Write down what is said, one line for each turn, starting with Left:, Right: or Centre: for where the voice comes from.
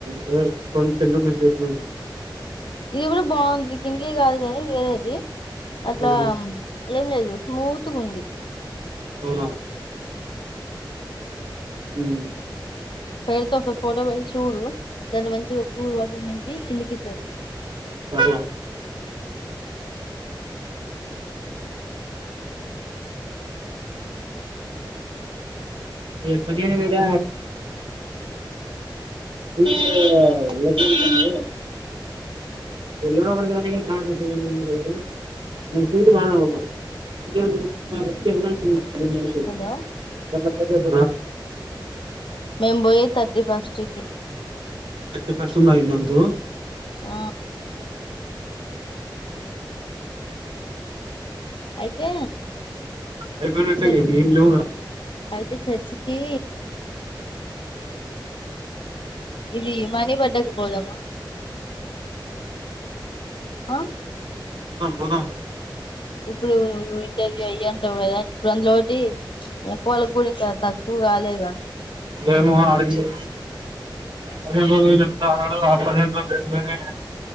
Right: రొయ్యల్ కొన్ టెన్ రూపీస్ ఎట్లా
Left: ఇది కూడా బావుంది కింలీ కాదు కాని వేరేది అట్లా
Right: ఆ
Left: ఏం లేదు స్మూత్గుంది
Right: అవునా మ్మ్
Left: పేరుతో ఒక ఫోటో పెట్ చూడు దాని మంచిగా కూల్ వాటర్ నింపి కిందికి రేప్త
Right: ఆ పదిహేను వేల <unintelligible> <unintelligible> <unintelligible> <unintelligible> <unintelligible> <inaudible> <unintelligible>
Left: హలో మేము పోయేది తర్టీ ఫస్ట్కి
Right: థర్టీ ఫస్ట్ ఉందా ఈ మంత్ తు
Left: ఆ అయితే
Right: అయిపోయినట్టే
Left: చ
Right: ఇంక ఏం లేవుగా
Left: అయితే చర్చ్ కి ఇది మనీ బడ్డాక పోదామ ఆ
Right: ఆ పోదాం
Left: ఇప్పుడు ఇంటర్వ్యూ అయ్యి అంటవు కదా ఇప్పుడు అందులో ఒకటి ప్చ్ ఎక్కువ వాళ్ళకు కూడా ఇంకా తగ్ నుగాలేగా
Right: ఏమో అడిగితే పదిహేను రోజులు చెప్తాన్నాడు ఆ పదిహేను రోజులు ఎల్లిపోయినయి